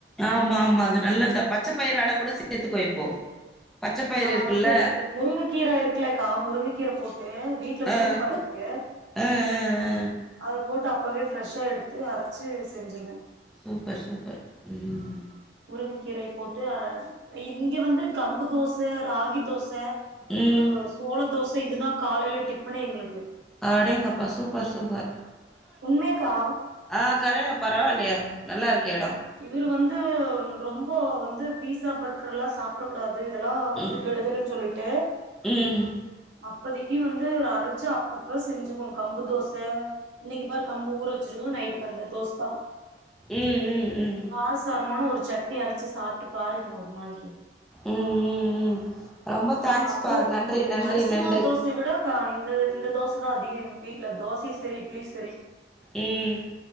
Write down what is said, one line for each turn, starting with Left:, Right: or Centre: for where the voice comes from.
Centre: ஆமா ஆமா அது நல்லதா பச்ச பயிறு அட கூட சேத்துக்கோ இப்போ பச்ச பயிறு
Right: நா
Centre: இருக்குல்ல.
Right: அத சேத்துக்றே முருங்கக்கீர இருக்லக்கா முருங்கக்கீர போட்டு வீட்ல முருங்க
Centre: ஆ.
Right: மரோ இருக்கு
Centre: ஆ, ஆ, ஆ.
Right: அத போட்டு அப்பவே பிரஷ்சா எடுத்து அரச்சு செஞ்சுருவே
Centre: சூப்பர் சூப்பர் ம்
Right: முருங்கக்கீரைய போட்டு அர இங்க வந்து கம்பு தோச ராகி தோச
Centre: ம்.
Right: அ சோள தோச இதுதா காலையில டிஃபனே எங்ளுக்கு
Centre: அடேங்கப்பா சூப்பர் சூப்பர்
Right: உண்மையாக்கா
Centre: அ கரைய பரவால்லையே நல்லா இருக்கே எடோ
Right: இவுரு வந்து ரொம்ப வந்து பீஸா பர்கர் எல்லா சாப் ட கூடாது இதெல்லா
Centre: ம்.
Right: வந்து கெடுதுலன்னு சொல்லிட்டு
Centre: ம்.
Right: அப்போதைக்கு வந்து ஒரு அரச்சு அப்பப்ப செஞ்சுக்குவோ கம்பு தோச இன்னைக்கு பாரு கம்ப ஊர வச்சிருக்க நைட்டுக்கு வந்த தோசதா
Centre: ம் ம் ம்
Right: காரசாரமான ஒரு சட்னி அரச்சி சாப்ட்டு பாருங்க ஒரு நாளைக்கு
Centre: ம் ம் ம் ரொம்ப
Right: அ
Centre: தேங்க்ஸ்ப்பா.
Right: அப்றோ
Centre: நன்றி, நன்றி,
Right: அரிசி
Centre: நன்றி.
Right: மாவு தோச இத விட இந்த இந்த தோச தா அதிகோ வீட்ல தோசையு சரி இட்லியு சரி
Centre: ம்